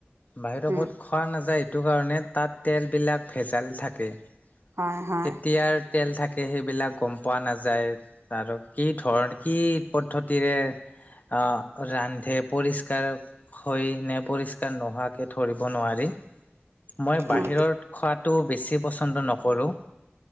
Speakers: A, on the left; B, on the right.
A: বাহিৰত
B: উম,
A: ফুড খোৱা নাযায় এইটো কাৰণে তাত তেলবিলাক ভেজাল থাকে।
B: হয় হয়।
A: কেতিয়াৰ তেল থাকে সেইবিলাক গম পোৱা নাযায় আৰু কি ধৰন কি পদ্ধতিৰে আ ৰান্ধে, পৰিষ্কাৰ হৈ নে পৰিষ্কাৰ নোহোৱাকে ধৰিব নোৱাৰি। মই বাহিৰত
B: উম।
A: খোৱাটো বেছি পছন্দ নকৰো।